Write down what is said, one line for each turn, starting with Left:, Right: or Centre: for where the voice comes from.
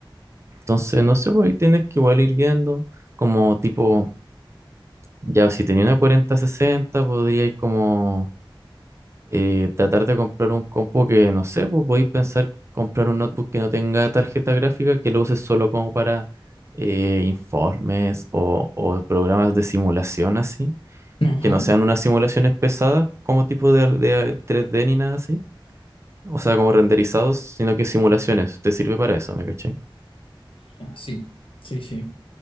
Right: Entonces, no sé, pues ahí tienes que igual ir viendo, como tipo, ya si tenía una 4060, podría ir como. eh, tratar de comprar un compo que, no sé, pues podéis pensar comprar un notebook que no tenga tarjeta gráfica, que lo uses solo como para eh, informes o, o programas de simulación así,
Left: Ajá,
Right: que no sean unas simulaciones pesadas como tipo de, de eh, tres d ni nada así, o sea, como renderizados, sino que simulaciones, te sirve para eso, ¿me cachai?
Left: ya, sí, sí, sí,